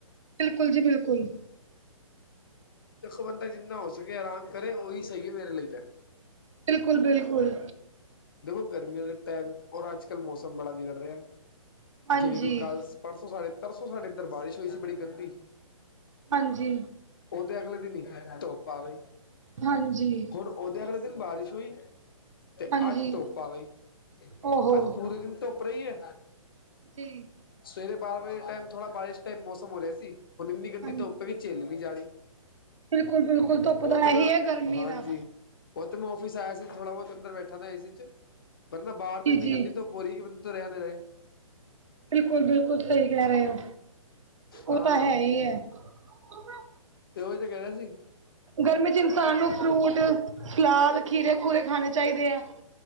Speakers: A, on the right (about 60°); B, on the left (about 40°).
A: ਬਿਲਕੁਲ ਜੀ ਬਿਲਕੁਲ।
B: ਦੇਖੋ ਬੰਦਾ ਜਿੰਨਾ ਹੋ ਸਕੇ ਆਰਾਮ ਕਰੇ ਓਹੀ ਸਹੀ ਏ ਮੇਰੇ ਲਈ ਤ।
A: ਬਿਲਕੁਲ-ਬਿਲਕੁਲ।
B: ਦੇਖੋ ਗਰਮੀਆਂ ਦੇ ਟਾਈਮ ਔਰ ਅੱਜ-ਕੱਲ੍ਹ ਮੌਸਮ ਬੜਾ ਵਿਗੜ ਰਿਹੈ
A: ਹਾਂਜੀ
B: ਜਿਵੇਂ ਕਿ ਕੱਲ ਪਰਸੋਂ ਸਾਡੇ ਤਰਸੋਂ ਸਾਡੇ ਇੱਧਰ ਬਾਰਿਸ਼ ਹੋਈ ਸੀ ਬੜੀ ਗੰਦੀ।
A: ਹਾਂਜੀ।
B: ਓਦਰੇ ਅਗਲੇ ਦਿਨ ਹੀ ਧੋਪ ਆ ਗਈ।
A: ਹਾਂਜੀ।
B: ਹੁਣ ਓਦੇ ਅਗਲੇ ਦਿਨ ਬਾਰਿਸ਼ ਹੂਈ, ਤੇ
A: ਹਾਂਜੀ
B: ਅੱਜ ਧੋਪ ਆ ਗਈ।
A: ਓਹੋ
B: ਅੱਜ ਪੂਰੇ ਦਿਨ ਧੁੱਪ ਰਹੀ ਏ‌।
A: ਜੀ।
B: ਸਵੇਰੇ ਬਾਰਾਂ ਵਜੇ ਟਾਈਮ ਥੋੜ੍ਹਾ ਬਾਰਿਸ਼ ਟਾਈਪ ਮੌਸਮ ਹੋ ਰਿਹਾ ਸੀ ਹੁਣ ਇੰਨੀ ਗੰਦੀ
A: ਹਾਂਜੀ
B: ਧੋਪ ਏ ਕੇ ਝੇਲੀ ਨੀ ਜਾਰੀ‌।
A: ਬਿਲਕੁਲ ਬਿਲਕੁਲ ਧੁੱਪ
B: ਓਹ
A: ਦਾ
B: ਤੇ
A: ਇਹੀ
B: ਮੈਂ
A: ਹੈ ਗਰਮੀ
B: ਹਾਂਜੀ।
A: ਦਾ
B: ਓਹ ਤੇ ਮੈਂ ਔਫਿਸ ਆਯਾ ਸੀ ਥੋੜ੍ਹਾ ਬੌਤ ਅੰਦਰ ਬੈਠਾ ਨਾ ਏ ਸੀ ਚ, ਵਰਨਾ ਬਾਰ ਤੇ
A: ਜੀ
B: ਇੰਨੀ
A: ਜੀ
B: ਗੰਦੀ ਤੋਂ ਬੋਰੀ ਕਿ ਬੰਦੇ ਤੋਂ ਰਹਿ ਨੇ ਰਹੇ,
A: ਬਿਲਕੁਲ-ਬਿਲਕੁਲ ਸਹੀ ਕਹਿ ਰਹੇ ਹੋ
B: ਹਾਂ
A: ਉਹ ਤਾਂ ਹੈ ਹੀ ਹੈ। ਉਹ
B: ਤੇ ਉਹੀ ਤੇ ਕਹਿ ਰਿਹਾ ਸੀ।
A: ਗਰਮੀ ਚ ਇਨਸਾਨ
B: ਚਲਾ ਦੋ ਯਾਰ
A: ਨੂੰ
B: ਕੋਈ
A: ਫਰੂਟ
B: ਨੀ
A: ਸਲਾਦ ਖੀਰੇ ਖੂਰੇ ਖਾਣੇ ਚਾਹੀਦੇ ਹੈ